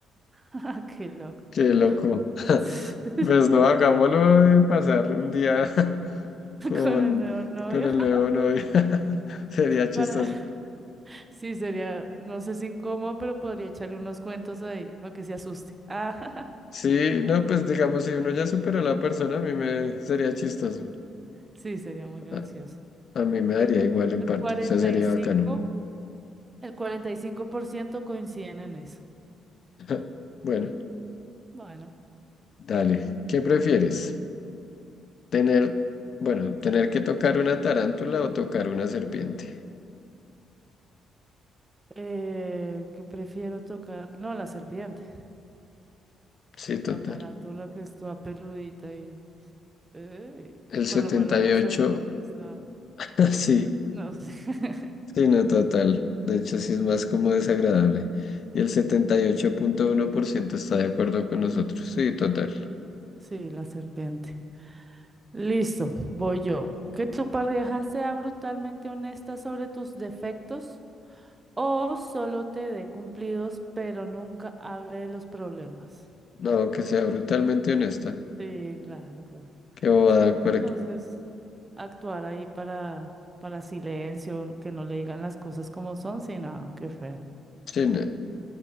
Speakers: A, on the right; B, on the left.
A: <laughs> Qué loco.
B: Qué loco. <laughs>
A: <laughs>
B: Pues no, hagámoslo de pasar un día <laughs> con,
A: Con el nuevo novio.
B: con el
A: <laughs>
B: nuevo novio. <laughs> Sería chistoso.
A: Para... Sí, sería, no sé si incómodo, pero podría echarle unos cuentos ahí para que se asuste. Ah, <laughs>
B: Sí, no, pues digamos, si uno ya supera a la persona, a mí me sería chistoso.
A: sí, sería muy gracioso.
B: A, a mí me daría
A: Y
B: igual en
A: el
B: parte,
A: cuarenta
B: o sea, sería
A: y cinco
B: bacano.
A: el 45% coinciden en eso.
B: <laughs> Bueno,
A: Mm, Bueno,
B: dale. ¿Qué prefieres? Tener, bueno, tener que tocar una tarántula o tocar una serpiente.
A: eh, ¿qué prefiero tocar? No, la serpiente,
B: Sí, total.
A: la tarántula que está peludita y... Eh,
B: El 78,
A: por lo menos la serpiente está.
B: <laughs>
A: eh,
B: sí,
A: no sé. <laughs>
B: sí, no, total. De hecho, sí es más como desagradable. Y el 78.1%
A: Sí,
B: está de acuerdo con nosotros. Sí, total.
A: sí, la serpiente. Listo, voy yo. Que tu pareja sea brutalmente honesta sobre tus defectos o solo te dé cumplidos, pero nunca hable de los problemas.
B: No, que sea brutalmente honesta.
A: Sí, claro, claro.
B: Qué bobada
A: Sí, porque
B: para...
A: entonces actuar ahí para, para silencio, que no le digan las cosas como son, sí, nada, qué feo.
B: Sí, no.